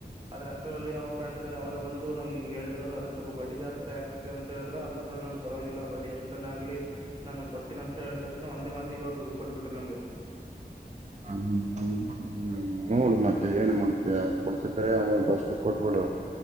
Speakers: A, on the right; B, on the right.
A: ಆದ್ರೆ ಅಷ್ಟರಲ್ಲಿ ಅವ ಫ್ರೆಂಡ್ ಇದ್ದಾರೆ ಅವರ ಬಂದು ನನ್ಗೆ ಹಿಂಗ್ ಹೇಳಿದ್ರು ಆದ್ರೆ ಸ್ವಲ್ಪ ಬಡ್ಡಿ ಜಾಸ್ತಿ ಆಗುತ್ತೆ ಅಂತ ಹೇಳಿದ್ರು ಆದ್ರರು ಕೂಡ ನ ಪರವಾಗಿಲ್ಲ ಬಡ್ಡಿ ಎಷ್ಟನ ಆಗ್ಲಿ ನಾನು ಕೊಡ್ತೀನಿ ಅಂತ ಹೇಳ ತಕ್ಷಣ ಒಂದೇ ಮಾತಿಗೆ ಅವ್ರು ದುಡ್ಡು ಕೊಟ್ಬಿಟ್ರ ನಮ್ಗೆ
B: ಹ್ಮ ಹ್ಮ ನೋಳ ಮತ್ತೆ ಏನ್ ಮತ್ತೆ ಕೊಡ್ತಿದ್ರೆ ಅಮೌಂಟ್ ಅಷ್ಟು ಕೊಟ್ಬಿಡು